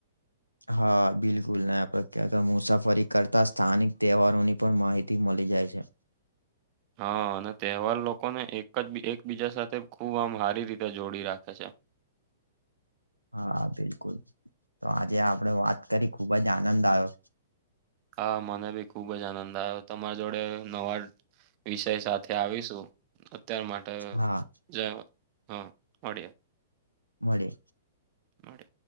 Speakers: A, on the right; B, on the right.
A: હા બિલકુલ ને આપડે મુસાફરી કરતા સ્થાનિક તહેવારોની પણ માહિતી મળી જાય છે
B: હા અને તહેવાર લોકોને એક જ એકબીજા સાથે ખુબ આમ હારી રીતે જોડી રાખે છે
A: હા બિલકુલ તો આજે આપડે વાત કરી ખુબ જ આનંદ આવ્યો
B: હા મને બી ખુબ જ આનંદ આવ્યો તમારી જોડે નવા વિષય સાથે આવીશું અત્યાર માટે
A: હા
B: જ હ મળિએ
A: મળીએ
B: મળે